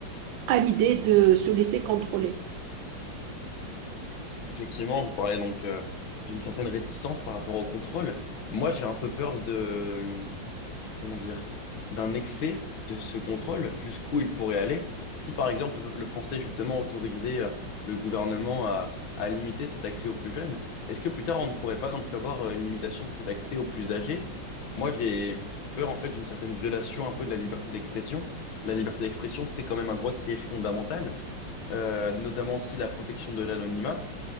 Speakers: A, on the right; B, on the left.
A: à l'idée de se laisser contrôler.
B: Effectivement, vous parlez donc euh, d'une certaine réticence par rapport au contrôle. Moi, j'ai un peu peur de, comment dire, d'un excès de ce contrôle, jusqu'où il pourrait aller, si par exemple le peuple français justement autorisait euh, le gouvernement à, à limiter cet accès aux plus jeunes, est-ce que plus tard on ne pourrait pas non plus avoir euh, une limitation de cet accès aux plus âgés? Moi j'ai peur en fait d'une certaine violation un peu de la liberté d'expression. La liberté d'expression, c'est quand même un droit qui est fondamental, euh, notamment si la protection de l'anonymat.